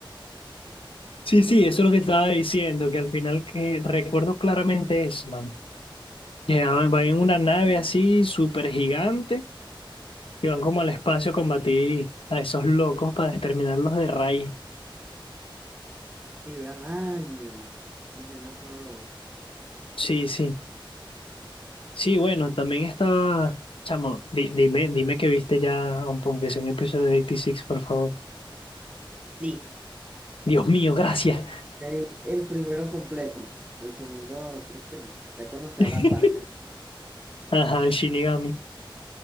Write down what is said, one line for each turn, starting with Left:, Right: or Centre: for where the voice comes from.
Left: Sí, sí, eso es lo que estaba diciendo, que al final que recuerdo claramente eso, mano. Que ah, van
Right: Al
Left: en
Right: final,
Left: una nave
Right: claro,
Left: así súper gigante y van como al espacio a combatir a esos locos para exterminarlos de raíz.
Right: y duran años. Imagino, es una broma.
Left: Sí, sí. Sí, bueno, también estaba, chamo, di- dime, dime que viste ya, aunque sea un episodio de 86, por favor.
Right: Sí.
Left: Dios mío, gracias.
Right: El, el primero completo, el segundo creo que no. Ya conocí
Left: <laughs>
Right: a la parca.
Left: Ajá, el Shinigami.